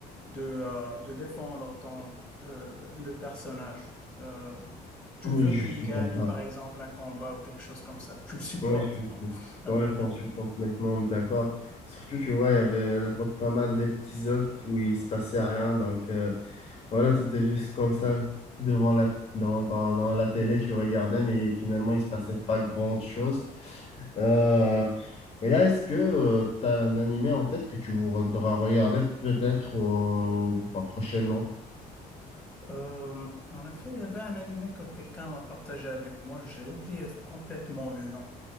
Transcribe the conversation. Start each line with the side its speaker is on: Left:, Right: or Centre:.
Centre: de, euh, de défendre ton, euh, le personnage. Euh, tu
Left: Oui,
Centre: veux
Left: je
Centre: qu'il
Left: suis
Centre: gagne,
Left: d'accord.
Centre: par exemple, un combat ou quelque chose comme ça. Tu le supportes,
Left: Oui, je suis,
Centre: hein, à
Left: quand
Centre: vrai
Left: même,
Centre: dire.
Left: je suis complètement d'accord. Surtout, tu vois, il y avait à l'époque pas mal d'épisodes où il se passait rien. Donc, euh, Voilà, c'était juste comme ça, devant la, dans, dans, dans la télé, tu regardais, mais finalement, il se passait pas grand-chose. Euh, et là, est-ce que tu as un animé en tête que tu voudras regarder peut-être au- bah, prochainement?
Centre: Euh, en effet, il y avait un animé que quelqu'un m'a partagé avec moi. J'ai oublié complètement le nom.